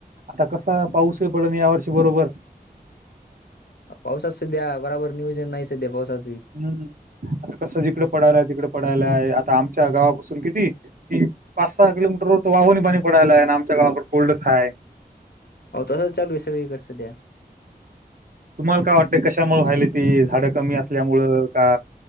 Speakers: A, on the right; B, on the left.
A: आता कसा पाऊस पडल ना या वर्षी बरोबर
B: पावसात सध्या बराबर नियोजन नाही सध्या पावसात
A: हम्म आता कसं जिकडं पडायलाय तिकड पडायलाय आता आमच्या गावापासून किती की पाच सहा किलोमीटर वर वाहूननी पाणी पडायला आहे आणि आमच्या गाळाक कोल्डच आहे
B: हो तसंच चालू आहे सगळीकडे स द्या
A: तुम्हाला काय वाटतंय कशामु व्हायले ती झाडं कमी असल्यामुळ का